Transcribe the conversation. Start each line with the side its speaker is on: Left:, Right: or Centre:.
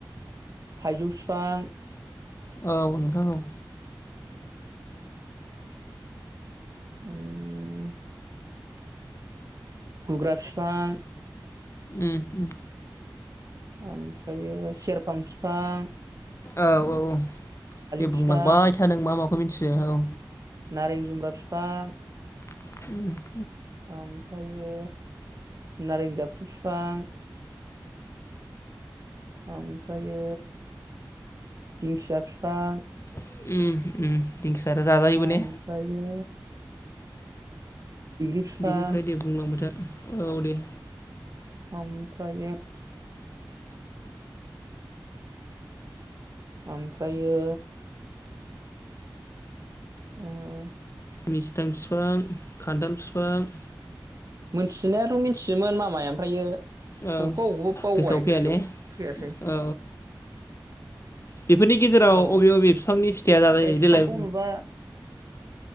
Right: थाइजौ फिफां
Left: औ नोंथां औ
Right: उम गुग्रा फिफां
Left: उम
Right: ओमफ्रायो सेरफां फिफां
Left: औ औ दे
Right: बिफां
Left: बुंलांबायथा नों मा माखौ मिथियो औ।
Right: नारें जुमब्रा फिफां
Left: <inaudible>
Right: ओमफ्रायो नारें जाफ्रु फिफां ओमफ्रायो दिंखिया फिफां
Left: उम उम दिंखिया आरो जाजायोबो
Right: आमफ्रायो
Left: ने
Right: बिफां
Left: बिनिफ्राय दे बुंलांबाय था औ दे
Right: ओमफ्रायो आमफ्रायो <inaudible>
Left: मिस्थां फिफां खान्थाल फिफां
Right: मोन्थिनायाथ' मिथियोमोन मामाय ओमफ्रायो अबेखौबा
Left: औ
Right: अबेखौबा बावबाय
Left: गोसोआव फैया ने
Right: फैयासै
Left: औ। बेफोरनि गेजेराव
Right: औ
Left: अबे अबे फिफांनि फिथाइया जाजायो
Right: ओमफ्राय बिफांखौ
Left: देलाय
Right: नुबा